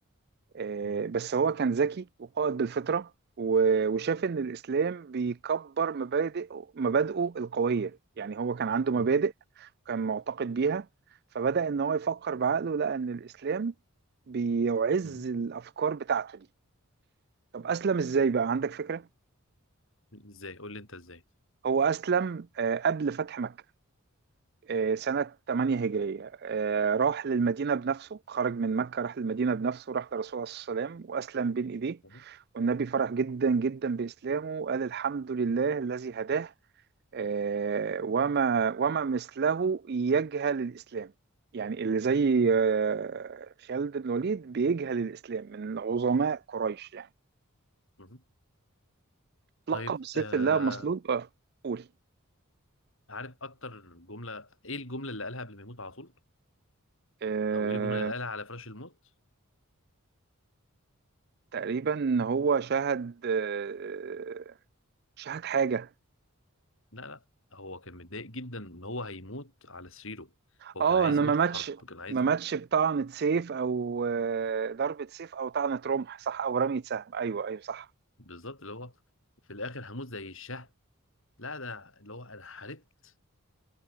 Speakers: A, on the right (about 45°); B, on the left (about 60°).
A: آه،
B: مهم.
A: بس هو كان ذكي وقائد بالفطرة و- وشاف إن الإسلام بيكبر مبادئ مبادئه القوية يعني هو كان عنده مبادئ
B: مهم.
A: وكان معتقد بيها فبدأ إن هو يفكر بعقله لقى إن الإسلام بيعز
B: مهم.
A: الأفكار بتاعته دي طب أسلم إزاي بقى عندك فكرة؟
B: ازاي قول لي انت ازاي
A: هو أسلم آه، قبل فتح مكة آه، سنة 8 هجرية آه، راح للمدينة بنفسه خرج من مكة راح للمدينة بنفسه راح للرسول عليه الصلاة والسلام وأسلم بين إيديه
B: مهم.
A: والنبي فرح جدا جدا بإسلامه وقال الحمد لله الذي هداه آه، وما وما مثله يجهل الإسلام يعني اللي زي آه، خالد بن الوليد بيجهل الإسلام من عظماء قريش يعني
B: مهم.
A: لقب
B: طيب
A: بسيف
B: آه
A: الله مسلول اه قول
B: عارف اكتر جمله ايه الجمله اللي قالها قبل ما يموت على طول
A: آه،
B: او ايه الجمله اللي قالها على فراش الموت
A: تقريبا هو شهد آه، مش هات حاجة
B: لا لا هو كان متضايق جدا ان هو هيموت على سريره هو
A: اه
B: كان عايز
A: انه
B: يموت
A: ما ماتش
B: في حرب كان عايز
A: ما
B: يموت
A: ماتش بطعنة سيف او آه، ضربة سيف او طعنة رمح صح او رمية سهم ايوه ايوه صح
B: بالظبط اللي هو في الاخر هموت زي الشهم لا ده اللي هو انا حاربت